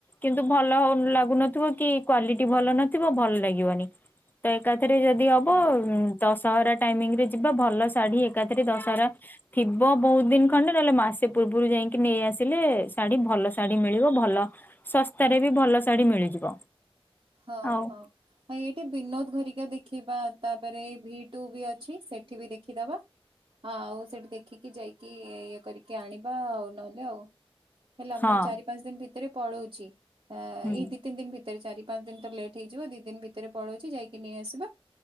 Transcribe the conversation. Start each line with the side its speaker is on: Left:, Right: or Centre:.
Left: କିନ୍ତୁ ଭଲ ହଉ ଲାଗୁନଥିବ କି କ୍ୱାଲିଟୀ ଭଲ ନଥିବ ଭଲଲାଗିବନି ତ ଏକାଥରେ ଯଦି ହବ
Right: ହୁଁ
Left: ଦଶହରା ଟା ଟାଇମିଙ୍ଗ ରେ ଯିବା ଭଲ ଶାଢୀ ଏକାଥରେ ଦଶହରା ଥିବ ବହୁତ ଦିନ ଖଣ୍ଡେ ନହେଲେ ମାସେ ପୂର୍ବରୁ ଯାଇ ଯାଇକି ନେଇ ଆସିଲେ ଶାଢୀ ଭଲ ଶାଢୀ ମିଳିବ ଭଲ ଶସ୍ତାରେ ବି ଭଲ ଶାଢୀ ମିଳିଯିବ।
Right: ହଁ
Left: ଆଉ
Right: ହଁ ଏଇଠି ବିନୋଦ ଘରିକା ଦେଖିବା ତାପରେ ଭି ଟୁ ବି ଅଛି ସେଠି ବି ଦେଖିଦବା। ହଁ ଆଉ ସେଠି ଦେଖିକି ଯାଇକି ଇଏ କରିକି ଆଣିବା ଆଉ ନହେଲେ ଆଉ। ହେଲା
Left: ହଁ
Right: ମୁଁ ଚାରି ପାଞ୍ଚ ଦିନ ଭିତରେ ପଳଉଛି ଏଇ
Left: ହୁଁ
Right: ଦି ତିନି ଦିନ ଭିତରେ ଚାରି ପାଞ୍ଚ ଦିନ ତ ଲେଟ୍ ହେଇଯିବ ଦି ଦିନ ଭିତରେ ପଳଉଛି ଯାଇକି ନେଇଆସିବା।